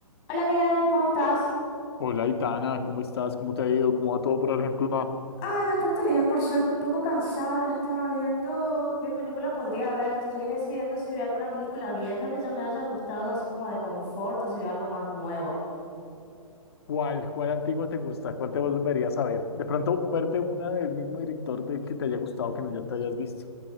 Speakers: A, on the left; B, on the left.
A: Hola Miguel, ¿cómo estás?
B: Hola, Itana, ¿cómo estás? ¿Cómo te ha ido? ¿Cómo va todo por Argentina?
A: Ay, bastante bien, por suerte, un poco cansada. Estaba viendo qué película podría ver. Estoy decidiendo si veo alguna película vieja que ya me haya gustado, así como de confort, o si veo algo más nuevo.
B: ¿Cuál, cuál antigua te gusta? ¿Cuál te volverías a ver? De pronto, verte una del mismo director de que te haya gustado, que no ya te hayas visto.